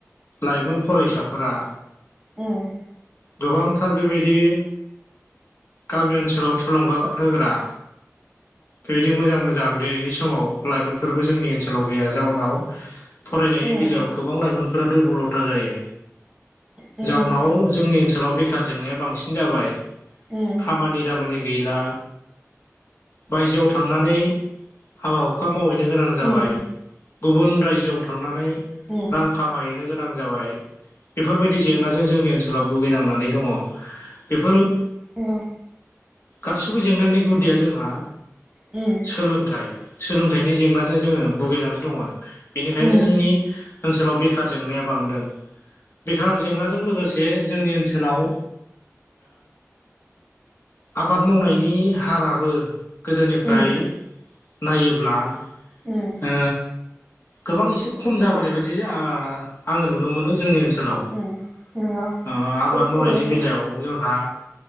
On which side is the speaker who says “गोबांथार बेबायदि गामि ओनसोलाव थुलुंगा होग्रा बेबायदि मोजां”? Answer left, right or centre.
Left